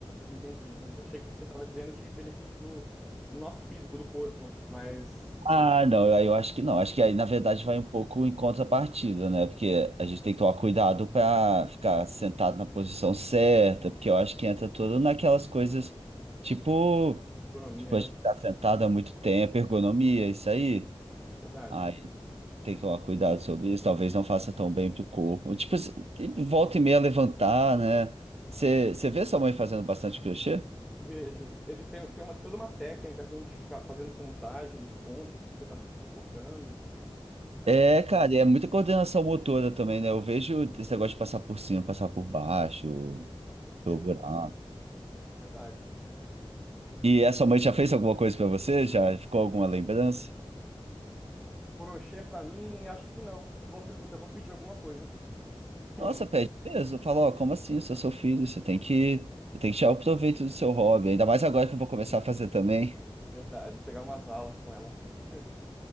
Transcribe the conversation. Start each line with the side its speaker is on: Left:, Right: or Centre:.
Centre: Entendi, entendi. Eu achei que você estava dizendo de benefício do, do nosso físico, do corpo, mas
Right: Ah, não, eu, eu acho que não. Acho que aí, na verdade, vai um pouco em contrapartida, né? Porque a gente tem que tomar cuidado para ficar sentado na posição certa, porque eu acho que entra tudo naquelas coisas tipo,
Centre: economia,
Right: tipo, a
Centre: né?
Right: gente tá sentado há muito tempo, ergonomia, isso aí.
Centre: Verdade.
Right: Aí tem que tomar cuidado sobre isso, talvez não faça tão bem pro corpo. Tipo, se- volta e meia levantar, né? Você você vê sua mãe fazendo bastante crochê?
Centre: Veja, ele tem, tem uma, toda uma técnica assim de ficar fazendo contagem dos pontos que você está tricotando. É,
Right: É, cara, e é muita coordenação motora também, né? Eu vejo esse negócio de passar por cima, passar por baixo,
Centre: com certeza,
Right: pelo buraco.
Centre: verdade.
Right: E a sua mãe já fez alguma coisa pra você? Já ficou alguma lembrança?
Centre: Crochê para mim, acho que não. Boa pergunta, eu vou pedir alguma coisa. <laughs>
Right: Nossa, pede peso. Eu falo, ó, como assim? Eu sou seu filho, você tem que, tem que tirar o proveito do seu hobby. Ainda mais agora que eu vou começar a fazer também.
Centre: Verdade, pegar umas alas com ela. <laughs>